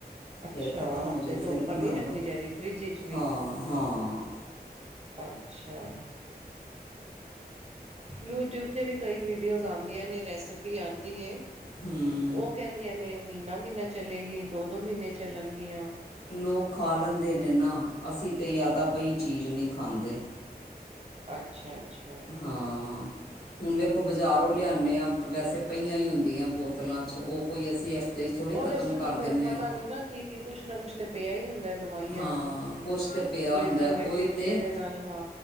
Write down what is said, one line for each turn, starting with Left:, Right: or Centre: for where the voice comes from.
Right: ਅੱਛਾ
Left: ਫੇਰ ਖ਼ਤਮ
Right: ਹਫ਼ਤੇ
Left: ਹੋ ਜੇ
Right: ਤੋਂ
Left: ਫੇਰ
Right: ਉੱਪਰ
Left: ਬਣਾ
Right: ਨਹੀਂ ਰੱਖਣੀ
Left: ਲੋ
Right: ਚਾਹੀਦੀ ਫਰਿੱਜ ਵਿੱਚ ਵੀ
Left: ਹਾਂ ਹਾਂ।
Right: ਅੱਛਾ। ਯੂਟਿਊਬ ਤੇ ਵੀ ਕਈ ਵੀਡੀਓਜ਼ ਆਦੀਆਂ ਨੇ ਰੈਸਿਪੀ ਆਂਦੀ ਏ।
Left: ਹਮ।
Right: ਓ ਕਹਿੰਦਿਆਂ ਨੇ ਮਹੀਨਾ ਮਹੀਨਾ ਚਲੇਗੀ ਦੋ ਦੋ ਮਹੀਨੇ ਚੱਲਣਗੀਆਂ।
Left: ਲੋਕ ਖਾ ਲੈਂਦੇ ਨੇ ਨਾ ਅਸੀਂ ਤੇ ਜਿਆਦਾ ਬਈ ਚੀਜ਼ ਨੀ ਖਾਂਦੇ।
Right: ਅੱਛਾ ਅੱਛਾ।
Left: ਹਾਂ। ਹੁਣ ਵੇਖੋ ਬਾਜ਼ਾਰੋਂ ਲਿਆਣੇ ਆਂ ਵੈਸੇ ਪ‌ਈਆਂ ਈ ਹੁੰਦੀਆਂ ਬੋਤਲਾਂ ਚ ਓ ਕੋਈ ਅਸੀਂ ਹਫਤੇ ਚ ਥੋੜ੍ਹੀ
Right: ਓਦੇ
Left: ਖਤਮ
Right: ਚ ਤੇ
Left: ਕਰ
Right: ਫੇਰ
Left: ਦਿੰਦੇ
Right: ਪਤਾ
Left: ਆ
Right: ਨੀ ਨਾ ਕੀ ਕੀ ਕੁਛ ਨਾ ਕੁੱਛ ਤੇ ਪਿਆ ਈ ਹੁੰਦਾ ਦਵਾਈਆਂ
Left: ਹਾਂ ਕੁਛ ਤੇ ਪਿਆ
Right: ਪ੍ਰੀਜ਼ਰਵੇਟਿਵ
Left: ਹੁੰਦਾ ਉਹੀ ਤੇ
Right: ਜਿਦੇ ਨਾਲ ਹਾਂ